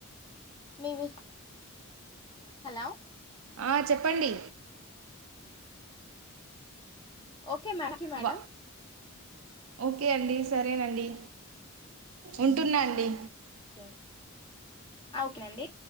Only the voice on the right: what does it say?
ఆ చెప్పండి
వ ఓకే అండి. సరేనండి ఉంటున్నా అండి